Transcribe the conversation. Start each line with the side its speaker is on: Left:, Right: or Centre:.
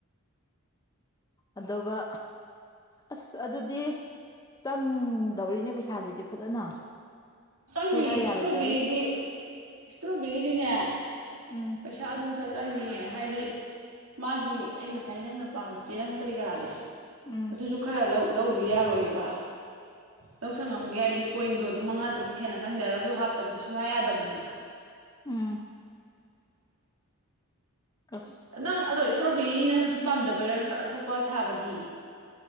Left: ꯑꯗꯨꯒ ꯑꯁ ꯑꯗꯨꯗꯤ ꯆꯪꯗꯧꯔꯤꯅꯦ ꯄꯩꯁꯥꯁꯤꯗꯤ ꯐꯖꯅ
Right: ꯆꯪꯅꯤ
Left: ꯍꯦꯜꯂꯥ ꯌꯥꯔꯣꯏꯗꯧꯔꯤ
Right: ꯏꯁꯇ꯭ꯔꯣꯕꯦꯔꯤꯗꯤ ꯏꯁꯇ꯭ꯔꯣꯕꯦꯔꯤꯗꯤꯅꯦ
Left: ꯎꯝ
Right: ꯄꯩꯁꯥ ꯑꯗꯨꯝ ꯈꯔ ꯆꯪꯅꯤꯌꯦ ꯍꯥꯏꯗꯤ ꯃꯥꯒꯤ ꯑꯩ ꯉꯁꯥꯏ ꯅꯪꯅ ꯄꯥꯝꯕ ꯆꯦꯔꯪ ꯀꯔꯤ ꯀꯔꯥꯗꯣ
Left: ꯎꯝ
Right: ꯑꯗꯨꯁꯨ ꯈꯔ ꯂꯧ ꯂꯧꯗ ꯌꯥꯔꯣꯏꯕ ꯂꯧꯁꯪꯉꯝꯒꯦ ꯍꯥꯏꯗꯤ ꯀꯣꯏꯟꯗꯣ ꯑꯗꯨꯝ ꯃꯉꯥ ꯇꯔꯨꯛ ꯍꯦꯟꯅ ꯆꯪꯗꯔ ꯑꯗꯨ ꯍꯥꯞꯇꯕꯗꯤ ꯁꯨꯡꯌꯥ ꯌꯥꯗꯕꯅꯦꯕ
Left: ꯎꯝ ꯑꯁ
Right: ꯅꯪ ꯑꯗꯣ ꯏꯁꯇ꯭ꯔꯣꯕꯦꯔꯤ ꯅꯪꯅ ꯁꯨꯝ ꯄꯥꯝꯖꯕꯩꯔꯥ ꯅꯠꯇ꯭ꯔꯥ ꯑꯇꯣꯞꯄ ꯊꯥꯕꯗꯤ